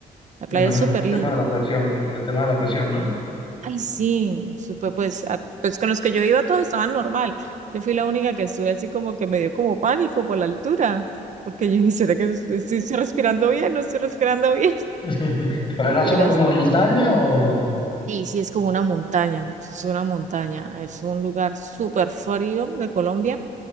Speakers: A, on the right; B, on the left.
A: La playa
B: me imagino
A: es súper
B: por el
A: linda.
B: tema de la presión, por el tema de la presión, ¿no?
A: Ay, sí, súper, pues, a- pues con los que yo iba todos estaban normal. Yo fui la única que estuve así como que me dio como pánico por la altura, porque yo dije, ¿será que es- sí estoy respirando bien? ¿No estoy respirando bien? <laughs>
B: <laughs> ¿Pero
A: Porque
B: era zona
A: era
B: como
A: así.
B: de Era- montaña o...?
A: Sí, sí, es como una montaña, es una montaña, es un lugar súper frío de Colombia